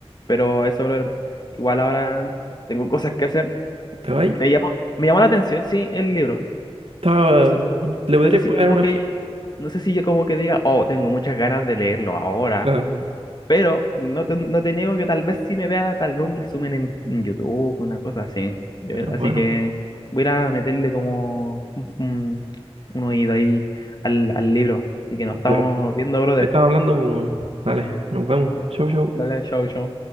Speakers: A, on the left; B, on the right.
A: Pero eso, bro, igual ahora tengo cosas que hacer.
B: Te va ahí.
A: Me llamó, me llamó la atención, sí, el libro.
B: Está-
A: No sé,
B: le podrías
A: no sé si
B: pagar
A: como
B: una
A: que,
B: ojeada.
A: no sé si yo como que diga, oh, tengo muchas ganas de leerlo ahora.
B: claro.
A: Pero no te, no te niego que tal vez sí me vea tal vez un resumen en, en YouTube, una cosa así. Yo-
B: Pero bueno,
A: así que voy a ir a meterle como un, un- un oído ahí al, al libro. Así que nos estamos
B: ya, po.
A: viendo, brother.
B: Estaba hablando, po, weón. Dale, nos vemos. Chau, chau.
A: Dale, chau, chau.